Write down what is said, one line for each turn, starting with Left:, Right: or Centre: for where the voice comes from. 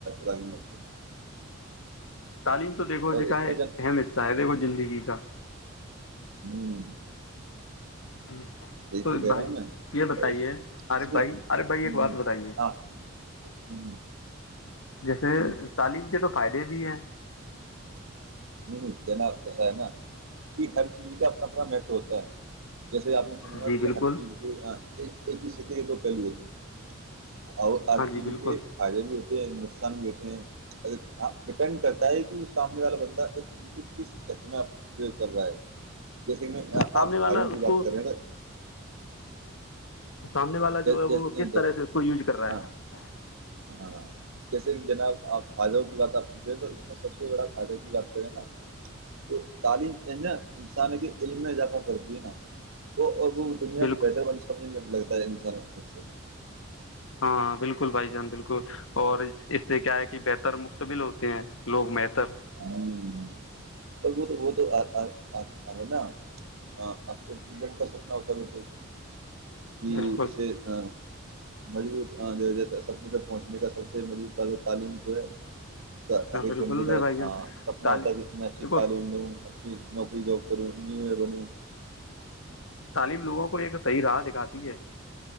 Right: رج مر سے
Left: تعلیم تو دیکھو
Right: اور
Left: ج کا
Right: اس
Left: ہے
Right: میں جن
Left: اہم حصہ ہے دیکھو زندگی کا
Right: ہوں <inaudible>
Left: ہ
Right: یہی
Left: تو
Right: کہہ
Left: بھائی
Right: رہا ہوں میں
Left: یہ بتائیے
Right: اور اس
Left: آرف
Right: اس میں
Left: بھائی آرف بھائی
Right: ہوں
Left: ایک بات
Right: ہوں،
Left: بتائیے
Right: ہاں ہوں
Left: جیسے
Right: ہوں،
Left: تعلیم کے تو فائدے اے بھی ہے
Right: نہیں نہیں جینا کیسا ہے نا کہ ہر چیز کا اپنا اپنا مہتو ہوتا ہے جیسے آپ نے سناوں گا
Left: جی
Right: کہ
Left: بالکل
Right: ہر چیز کے ایک ایک ہی س کے یہ تو پہل ہو تھے اور ہر
Left: ہاں
Right: چیز
Left: جی بالکل
Right: کے فائدے بھی ہوتے ہیں بھی ہوتے ہیںپ ڈپینڈ کرتا ہے کہ وہ سامنے والا بندہ ایی کو کس ایچ میںپ پریوگ کر رہا ہے جیسے میں
Left: سامنے
Right: آپ
Left: والا
Right: بھائیوں کی
Left: اس
Right: بات
Left: کو
Right: کر رہے ہیں
Left: سامنے والا جو ہے
Right: جیسے
Left: وہ کس طرح سے اس کو یوز کر رہا
Right: ہاں
Left: ہے
Right: ہاں جیسے جناب آپ فائدوں کی بات آپ پوچھ رہے ہیں تو اس میں سب سے بڑا فائدوں کی بات کریں نا تو تعلیم جو ہے نا انسان کے علم میں اضافہ کرتی ہے نا وہ وہ دنیا
Left: بالکل
Right: کو بہتر بن سمنے <unintelligible> لگتا ہے انسانوں سے
Left: ہاں بالکل بھائی جان بالکل اور اس سے کیا ہے کہ بہتر مقتبل ہو ہیں لوگ م تر <unintelligible>
Right: ہوں اور وہ تو وہ تو انشاءاللہ ا نڈن کا سپنا ہوتا ب تو کہ
Left: بالکل
Right: اسے ہاں مضبوط جیسے اپنے تک پہنچنے کا سب سے مضبوط تعلیم تو ہے اس کا تاریخ
Left: ہاں بالکل
Right: بن ج کا
Left: بھائی جان
Right: سپنا
Left: تعلیم
Right: ہوتا ہے کہ نچ
Left: دیکھو
Right: تعلیم ن اچھی نوکری جاب کروں انجینئر بنوں
Left: تعلیم لوگوں کو ایک صحیح راہ دکھاتی ہے